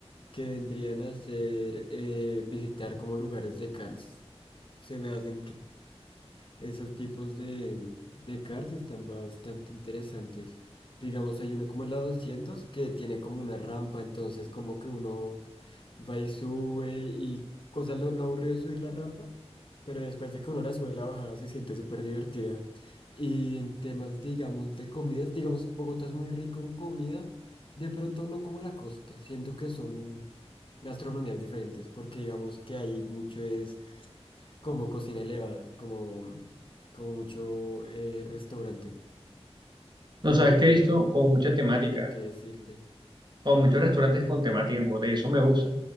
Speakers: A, on the left; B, on the right.
A: que vendrían a ser eh, visitar como lugares de karts. Se me hacen esos tipos de, de cards están bastante interesantes. Digamos, hay uno como el la 200 que tiene como una rampa, entonces como que uno va y sube y cosa lo, lo aburrido es subir la rampa, pero después de que uno la sube, la bajada se siente súper divertida. Y en temas, digamos, de comidas, digamos, Bogotá es muy rico en comida, de pronto no como la costa, siento que son gastronomías diferentes, porque digamos que hay mucho es como cocina elevada, como, como mucho eh, restaurante. Y
B: No sabes que he visto
A: entonces no,
B: como mucha temática,
A: no sabría qué decirte.
B: como muchos restaurantes con temática en Bogotá y eso me gusta.